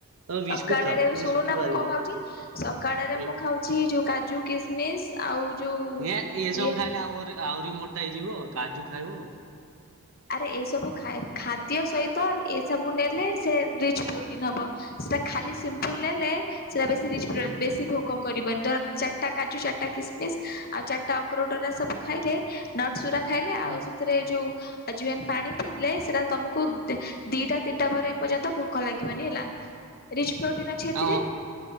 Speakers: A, on the right (about 75°); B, on the left (about 45°).
A: ତମେ
B: ସକାଳରେ
A: ବିସ୍କୁଟ ଖାଅ ତମେ
B: ଶୁଣୁନା
A: ଶୁଖି ପାରିବନି।
B: ମୁଁ କଣ ଖାଉଛି ସକାଳରେ
A: ହୁଁ
B: ମୁଁ ଖାଉଛି ଯୋଉ କାଜୁ ଖିସ୍ ମିସ୍ ଆଉ ଯେଉଁ
A: ଏ ଏସବୁ
B: ଇଏ
A: ଖାଇଲେ ଆହୁରି ଆହୁରି ମୋଟା ହେଇଯିବ କାଜୁ ଖାଇବ।
B: ଆରେ ଏସବୁ ଖାଦ୍ୟ ସହିତ ଏ ସବୁ ନେଲେ ସେ ରିଚ୍ ପ୍ରୋଟିନ ହବ ସେଟା ଖାଲି ସିମ୍ପଲ
A: ହୁଁ
B: ନେଲେ ସେଟା ବେଶି ରିଚ୍
A: ହୁଁ
B: ବେଶି ଭୋକ କରିବ ଦରକାର ତ ଚାରିଟା କାଜୁ ଚାରିଟା କିସମିସ୍ ଆଉ ଚାରିଟା ଅକରୋଟଗୁରାକ ସବୁ ଖାଇଲେ ନଟସ୍ ଗୁରାକ ଖାଇଲେ ଆଉ
A: ହୁଁ
B: ସେଥିରେ ଯୋଉ ଆଜୱାଇନ୍ ପାଣି ପିଇଲେ ସେଟା ତମକୁ, ଦିଟା ତିନିଟା ପରେ ଏ ପର୍ଯ୍ୟନ୍ତ ଭୋକ ଲାଗିବନି ହେଲା। ରିଚ୍ ପ୍ରୋଟିନ୍ ଅଛି ଏଥିରେ।
A: ଆଉ